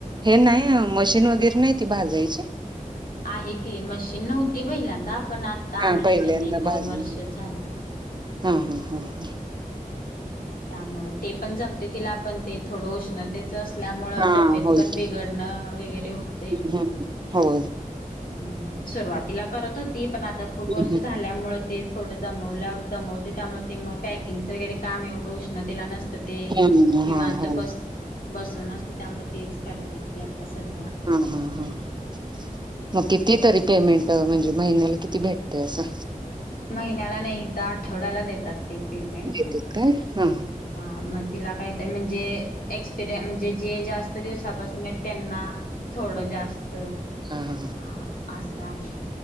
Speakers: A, on the right; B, on the left.
A: हे नाही मशीन वगैरे नाही ती भाजायची?
B: आहे की मशीन नव्हती पहिल्यांदा आपण आता
A: हा
B: आणले
A: पहिल्यांदा
B: त्यांनी एक दोन
A: भाजली
B: वर्ष झाले.
A: हा हां हां हां.
B: त्यामुळ ते पण जमते तिला आपण ते थोडं उष्ण तेच असल्यामुळे
A: हा
B: तब्येत
A: होय
B: पण बिघडणं
A: की.
B: वगैरे होते.
A: हम्म होय
B: हम् सुरुवातीला करत होती पण आता खूप
A: हम्म
B: वर्ष झाल्यामुळे ते थोडं दमवल्या दमवते त्यामुळे ते मग पॅकिंगचं वगैरे काम एवढं उष्णतेला नसतं. तर ते
A: हम्म
B: निवांत
A: हा होय.
B: बस बसून असत त्यामुळे तेच करते ते आता सध्या.
A: हा हा हा ह. मग किती तरी पेमेंट म्हणजे महिन्याला किती भेटते असं?
B: महिन्याला नाही तर आठवड्याला देतात ते पेमेंट
A: देतेत काय हा
B: हा मग तिला काय ते म्हणजे एक्सपी म्हणजे जे जास्त. आच दिवसापासून आहे त्यांना थोडं जास्त
A: हा हा
B: ह असं आहे.